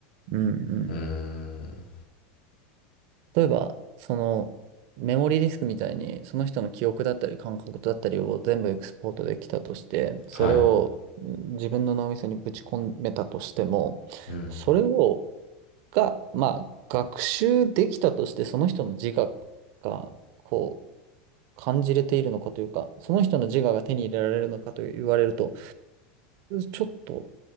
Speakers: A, on the right (about 55°); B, on the left (about 85°).
A: うんうん。
B: うーん
A: 例えば、そのメモリーディスクみたいに、その人の記憶だったり感覚だったりを全部エクスポートできたとして、それをうん自分の脳みそにぶち込めたとしても、
B: はいうん
A: それを、が、まあ、学習できたとして、その人の自我が、こう、感じれているのかというか、その人の自我が手に入れられるのかと言われると、ちょっと